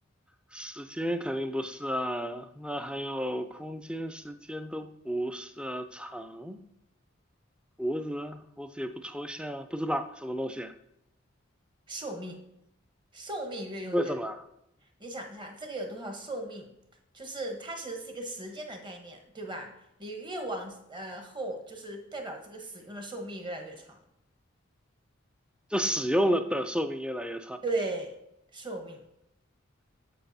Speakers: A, in the centre; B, on the right (about 25°).
A: 时间肯定不是啊，那还有空间、时间都不是啊长，胡子，胡子也不抽象啊，不知道什么东西，
B: 寿命，寿命越用越，
A: 为什么啊？
B: 你想一下，这个有多少寿命？就是它其实是一个时间的概念，对吧？你越往呃后，就是代表这个使用的寿命越来越长。
A: 就使用了的寿命越来越长。
B: 对，寿命，